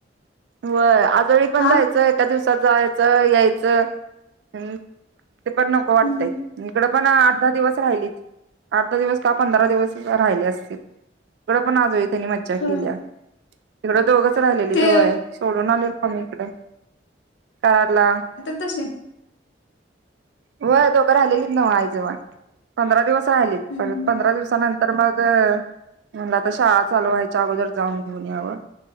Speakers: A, on the right; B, on the left.
A: होय, आजोळी पण
B: हा
A: जायचं एका दिवसात जायचं याय तचं हम् <unintelligible> ते पण नको वाटतय.
B: हम्म
A: इकडं पण आठ दहा दिवस राहिलीच. आठ दहा दिवस का पंधरा दिवस राहिले असतील. इडं पण आज होईल. त्यांनी मज्जा
B: होय.
A: केली. इकड दोघच राहिलेलीत
B: ते
A: व्हय सोडून आलेलो पण इकड. कराडला.
B: तसें
A: होय दोघं राहिलेलीत व्हव आई जवळ. पंधरा दिवस राहिलीत
B: हम्म
A: परत राहीलीत
B: हम्म
A: पंधरा दिवसा नंतर मग. म्हणलं आता शाळा चालू वा्हायच्या अगोदर जाऊन घेऊन याव.